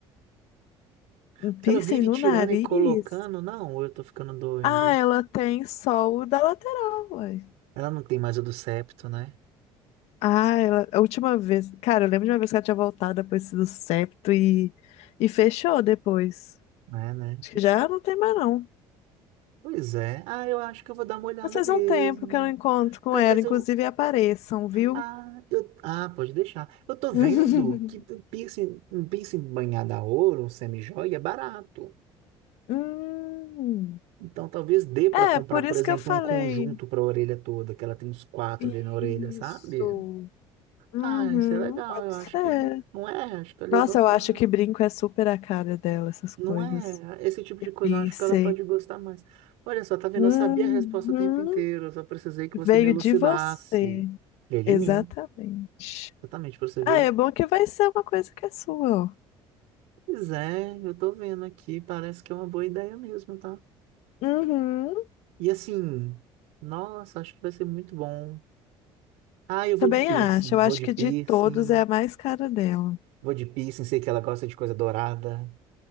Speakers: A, on the left; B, on the right.
A: Um
B: Porque
A: piercing
B: ela vive
A: no
B: tirando
A: nariz?
B: e colocando. Não, ou eu tô ficando doido.
A: Ah, ela tem só o da lateral, ué.
B: Ela não tem mais o do septo, né?
A: Ah, ela... a última vez. Cara, eu lembro de uma vez que ela tinha voltado depois do septo e... e fechou depois.
B: Né, né?
A: Acho que já não tem mais, não.
B: Pois é. Ah, eu acho que eu vou dar uma olhada
A: Mas faz
B: mesmo.
A: um tempo que eu não encontro com
B: Talvez
A: ela, inclusive
B: eu.
A: apareçam, viu?
B: Ah, eu... ah, pode deixar. Eu tô vendo
A: <laughs>
B: que um piercing, um piercing banhado a ouro, um semijoia, é barato.
A: Hum.
B: Então, talvez dê para
A: É,
B: comprar,
A: por
B: por
A: isso
B: exemplo,
A: que eu falei.
B: um conjunto para a orelha toda, que ela tem uns quatro
A: Isso.
B: ali na orelha, sabe?
A: Uhum,
B: Ah, isso é legal,
A: pode
B: eu acho
A: ser.
B: que não é, acho que ela
A: Nossa,
B: ia gostar.
A: eu acho que brinco é super a cara dela, essas
B: Não
A: coisas.
B: é, esse tipo
A: Difícil.
B: de coisa, eu acho que ela pode gostar mais. Olha só, tá vendo?
A: Uhum.
B: Eu sabia a resposta o tempo inteiro, eu só precisei que
A: Veio
B: você me elucidasse.
A: de você.
B: Veio de
A: Exatamente.
B: mim, exatamente, para você ver.
A: Ah, é bom que vai ser uma coisa que é sua, ó.
B: Pois é, eu tô vendo aqui, parece que é uma boa ideia mesmo, tá?
A: Uhum.
B: E assim, nossa, acho que vai ser muito bom. Ah, eu vou
A: Também
B: de piercing,
A: acho. Eu
B: vou
A: acho
B: de
A: que
B: piercing.
A: de todos é a mais cara dela.
B: Vou de piercing, sei que ela gosta de coisa dourada.